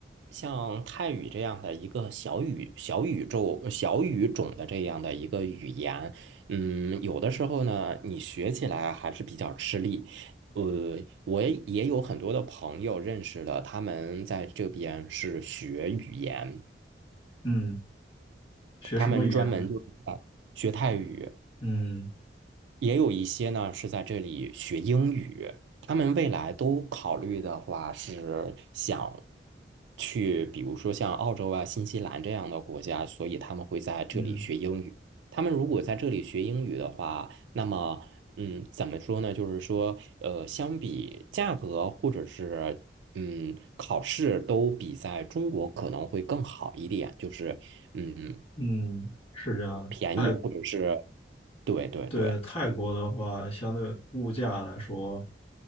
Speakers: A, on the right (about 85°); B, on the left (about 35°).
A: 像泰语这样的一个小语小宇宙、小语种的这样的一个语言，嗯，有的时候呢，你学起来还是比较吃力。呃，我也有很多的朋友认识了，他们在这边是学语言，
B: 嗯。学什么语言呢？
A: 他们专门就是在学泰语。
B: 嗯
A: 也有一些呢是在这里学英语，他们未来都考虑的话是想去，比如说像澳洲啊、新西兰这样的国家，所以他们会在这里学英语。
B: 嗯
A: 他们如果在这里学英语的话，那么嗯，怎么说呢？就是说，呃，相比价格或者是嗯考试都比在中国可能会更好一点，就是嗯
B: 嗯，是这样的。
A: 便宜或者是对对对，
B: 对泰国的话，相对物价来说，